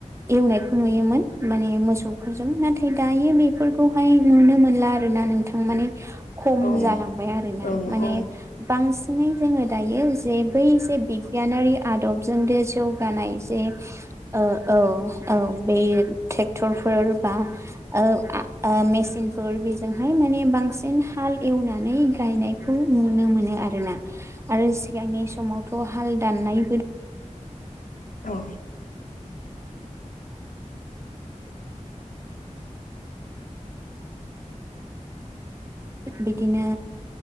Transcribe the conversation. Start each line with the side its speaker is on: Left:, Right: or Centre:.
Right: एवनायखौ नुयोमोन माने मोसौ गथ'फोरजों नाथाय दायो बेफोरखौहाय नुनो मोनला आरोना नोंथां माने खम
Left: औ
Right: जालांबाय आरोना
Left: औ
Right: माने
Left: औ
Right: बांसिनै जोङो दायो जे बै जे बिगियानारि आदबजोंनो जौगानाय जे औ औ बे ट्रेक्टरफोर बा ओ आ मेसिन फोर बेजोंहाय माने बांसिन हाल एवनानै गायनायखौ नुनो मोनो आरोना आरो सिगांनि समावथ' हाल दाननायबो
Left: औ
Right: बिदिनो